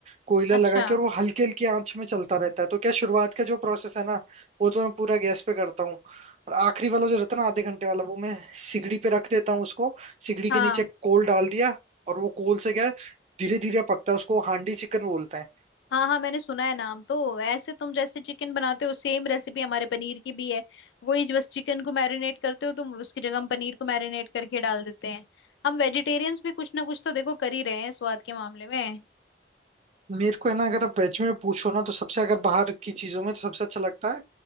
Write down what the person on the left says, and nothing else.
अच्छा
हाँ
हाँ हाँ मैंने सुना है नाम तो ऐसे तुम जैसे चिकन बनाते हो सेम रेसिपी हमारे पनीर की भी है वही बस चिकन को मैरिनेट करते हो तुम उसकी जगह हम पनीर को मैरिनेट करके डाल देते हैं हम वेजिटेरियंस भी कुछ ना कुछ तो देखो कर ही रहे हैं स्वाद के मामले में